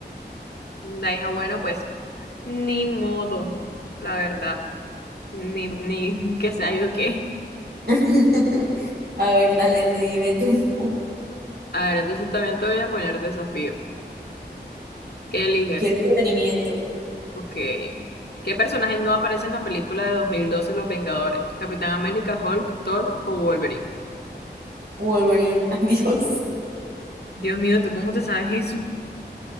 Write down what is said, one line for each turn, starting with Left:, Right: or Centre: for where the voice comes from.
Left: La hija, bueno, pues ni modo, la verdad. Ni, ni <laughs> que sea yo qué.
Right: <laughs> A ver, dale, dime tú. <laughs>
Left: A ver, entonces también te voy a poner desafío. ¿Qué eliges?
Right: Quiero entretenimiento.
Left: Ok. ¿Qué personaje no aparece en la película de 2012 Los Vengadores? ¿Capitán América, Hulk, Thor o Wolverine?
Right: Wolverine, <laughs> ay Dios.
Left: Dios mío, ¿tú cómo te sabes eso?